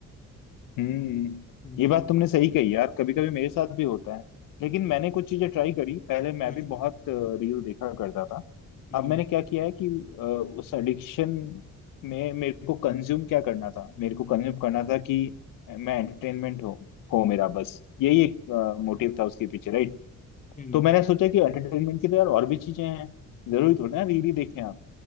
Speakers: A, on the left (about 90°); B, on the left (about 25°).
A: हम्म
B: हम्म
A: ये बात तुमने सही कही यार कभी कभी मेरे साथ भी होता है लेकिन मैंने कुछ चीजें ट्राई करी पहले मैं
B: हम्म
A: भी बहुत रील देखा करता था
B: हम्म
A: अब मैंने क्या किया है कि अ, उस एडिक्शन में मेरे को कंज्यूम क्या करना था मेरे को कंज्यूम करना था कि मैं एंटरटेनमेंट हो हो मेरा बस यही एक मोटिव था उसके पीछे राइट
B: हम्म।
A: तो
B: हम्म।
A: मैंने सोचा कि एंटरटेनमेंट की तो यार और भी चीजें हैं जरूरी थोड़ी ना रील ही देखें आप